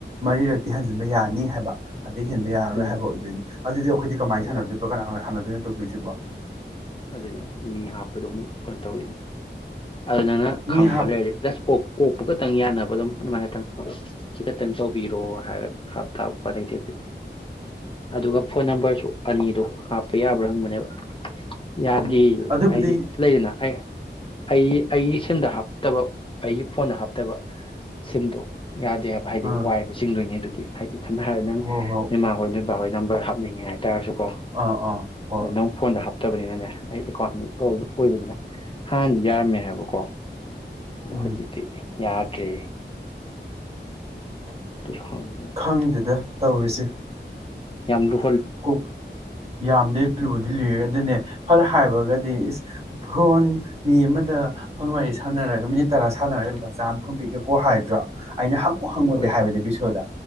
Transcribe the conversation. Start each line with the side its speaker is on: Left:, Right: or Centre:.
Right: ꯃꯔꯤꯔꯛꯇꯤ ꯍꯟꯖꯤꯟꯕ ꯌꯥꯅꯤ ꯍꯥꯏꯕ ꯑꯗꯩ ꯍꯦꯟꯕ ꯌꯥꯔꯣꯏ
Left: ꯎꯝ
Right: ꯍꯥꯏꯕ ꯑꯣꯏꯗꯣꯏꯅꯤ ꯑꯗꯨꯗꯤ ꯑꯩꯈꯣꯏꯗꯤ ꯀꯃꯥꯏ
Left: ꯍꯣꯏ
Right: ꯁꯥꯟꯅꯗꯣꯏꯕ
Left: ꯃꯥ
Right: ꯀꯅꯥ ꯀꯅꯥꯥ <unintelligible> ꯇꯦꯄꯤꯛꯁꯤꯕꯣ
Left: ꯑꯗꯨꯅꯦ ꯃꯤ ꯍꯥꯞꯄꯗꯣ ꯑꯃꯨꯛ ꯀꯩꯅꯣ ꯇꯧꯋꯤꯅꯦ ꯑꯗꯨ ꯅꯪꯅ
Right: ꯃꯤ
Left: ꯈꯪꯕ
Right: ꯍꯥꯞ
Left: ꯂꯩꯔꯗꯤ ꯗꯁ ꯀꯣꯛꯄ ꯈꯛꯇꯪ ꯌꯥꯅꯕ ꯑꯗꯨꯝ ꯑꯗꯨꯃꯥꯏ ꯈꯇꯪ ꯁꯤ ꯈꯛꯇꯪ ꯇꯧꯕꯤꯔꯣ ꯍꯥꯏꯔꯒ ꯍꯥꯞꯇꯥꯕ ꯎꯄꯥꯏ ꯂꯩꯇꯦ ꯑꯗꯨꯗꯤ ꯑꯗꯨꯒ ꯐꯣꯟ ꯅꯝꯕꯔꯁꯨ ꯑꯅꯤꯗꯣ ꯍꯥꯞꯄ ꯌꯥꯕ꯭ꯔꯥ ꯍꯪꯕꯅꯦꯕ ꯌꯥꯗꯦꯌꯦ
Right: ꯎꯝ ꯑꯗꯨꯕꯨꯗꯤ
Left: ꯍꯥꯏꯗꯤ ꯂꯩꯗꯅ ꯑꯩ ꯑꯩ ꯑꯩꯒꯤ ꯁꯤꯟꯗ ꯍꯥꯞꯇꯕ ꯑꯩꯒꯤ ꯐꯣꯟꯗ ꯍꯥꯞꯇꯕ ꯁꯤꯝꯗꯣ ꯌꯥꯗꯦ ꯍꯥꯏꯕ ꯍꯥꯏꯗꯤ
Right: ꯑꯥ
Left: ꯋꯥꯏꯕ ꯆꯤꯡꯗꯣꯏꯅꯤ ꯑꯗꯨ ꯍꯥꯏꯗꯤ ꯁꯝꯅ ꯍꯥꯏꯔ ꯅꯪ
Right: ꯍꯣꯏ ꯍꯣꯏ
Left: ꯅꯣꯏꯃꯥ ꯍꯣꯏ <unintelligible> ꯅꯝꯕꯔ ꯍꯥꯞꯅꯤꯡꯉꯦ ꯍꯥꯏ ꯇꯔꯁꯨꯀꯣ
Right: ꯑꯥ ꯑꯥ ꯍꯣꯏ
Left: ꯑꯗꯣ ꯅꯪ ꯐꯣꯟꯗ ꯍꯥꯞꯇꯕꯅꯤꯅꯅꯦ ꯑꯩ ꯑꯦꯀꯥꯎꯟꯅꯤ ꯑꯣꯏꯕꯅꯤꯅ ꯍꯥꯟꯅꯗꯤ ꯌꯥꯔꯝꯃꯦ ꯍꯥꯏꯕꯀꯣ
Right: ꯎꯝ
Left: ꯍꯨꯖꯤꯛꯇꯤ ꯌꯥꯗ꯭ꯔꯦ ꯑꯗꯨꯁꯨ ꯍꯪꯕꯅꯤꯅ
Right: ꯈꯪꯗꯦꯗ ꯇꯧꯔꯤꯁꯦ
Left: ꯌꯥꯝ ꯂꯨ
Right: <unintelligible> ꯌꯥꯝꯗꯦ ꯂꯨꯗꯤ ꯂꯨꯏ ꯑꯗꯨꯅꯦ ꯐꯠ ꯍꯥꯏꯔꯒꯗꯤ ꯏꯁ ꯐꯣꯟ ꯃꯤ ꯑꯃꯗ ꯐꯣꯟ ꯋꯥꯔꯤ ꯁꯥꯟꯅꯔꯒ ꯃꯤꯅꯤꯠ ꯇꯔꯥ ꯁꯥꯟꯅꯔꯒ ꯂꯨꯄꯥ ꯆꯥꯝ ꯍꯪ ꯄꯣꯛꯒꯦꯀꯣ ꯍꯥꯏꯗ꯭ꯔꯣ ꯑꯩꯅ ꯍꯪꯉꯨ ꯍꯪꯉꯨꯗꯦ
Left: ꯍꯣꯏ
Right: ꯍꯥꯏꯕꯅꯦ ꯕꯤꯁꯣꯗ